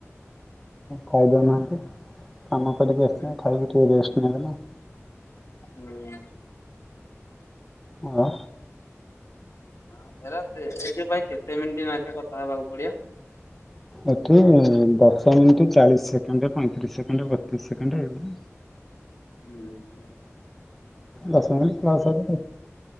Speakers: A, in the centre; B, on the left.
A: ଖାଇଦଉନାହାନ୍ତି କାମ କରିକି ଆସିିଛନ୍ତି
B: ହୁଁ।
A: ଖାଇକି ଟିକେ ରେଷ୍ଟ ନେବେନା।
B: ହୁଁ।
A: ହଁ।
B: ହଁ ଏରା କେ ଏଥି ପାଇଁ କେତେ ମିନିଟ୍ ନାକେ କଥା ହେବାକୁ ପଡିବ।
A: ଏଠି ଦଶ ମିଣ୍ଟି ଚାଳିଶ ସେକେଣ୍ଡ ପଇଁତିରିଶ ସେକେଣ୍ଡ ବତିଶ ସେକେଣ୍ଡ ଏଇ <inaudible>
B: ହୁଁ ହୁଁ।
A: ଦସ ମିନିଟ ପ୍ଲସ ହେଲେ ଚଳିବ।